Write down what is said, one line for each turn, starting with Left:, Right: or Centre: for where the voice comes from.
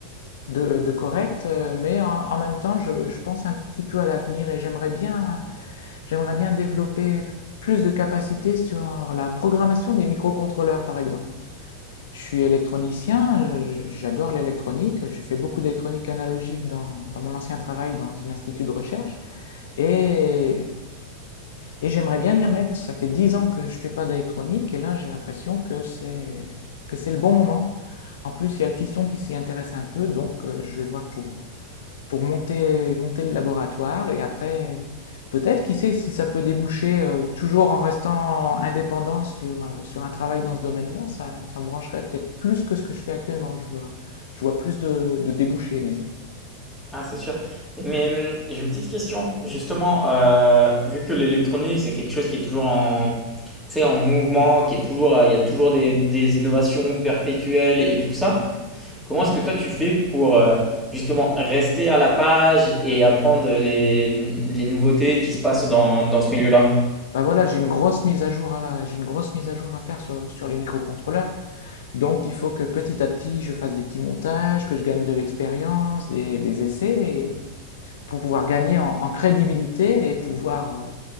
Left: de, de correct, euh, mais en, en même temps je, je pense un petit peu à l'avenir et j'aimerais bien, j'aimerais bien développer plus de capacités sur la programmation des microcontrôleurs par exemple. Je suis électronicien, je- j'adore l'électronique, j'ai fait beaucoup d'électronique analogique dans, dans mon ancien travail dans un institut de recherche et et j'aimerais bien m'y remettre parce que ça fait 10 ans que je ne fais pas d'électronique et là j'ai l'impression que c'est que c'est le bon moment. En plus, il y a le fiston qui s'y intéresse un peu, donc euh, je vais voir pour, pour monter, monter le laboratoire et après, peut-être, qui sait si ça peut déboucher, euh, toujours en restant indépendant sur, euh, sur un travail dans ce domaine-là, ça, ça me brancherait peut-être plus que ce que je fais actuellement. Je vois, je vois plus de, de débouchés, disons.
Centre: Ah, c'est sûr. Mais hum, j'ai une petite question. Justement, euh, vu que l'électronique, c'est quelque chose qui est toujours en, tu sais, en mouvement, qui est toujours, euh, il y a toujours des, des innovations perpétuelles et tout ça, comment est-ce que toi tu fais pour euh, justement rester à la page et apprendre les, les nouveautés qui se passent dans, dans ce milieu-là?
Left: Bah voilà, j'ai une grosse mise à jour à, j'ai une grosse mise à jour à faire sur, sur les microcontrôleurs. Donc il faut que petit à petit, je fasse des petits montages, que je gagne de l'expérience, des, des essais, et- pour pouvoir gagner en, en crédibilité et pouvoir, euh,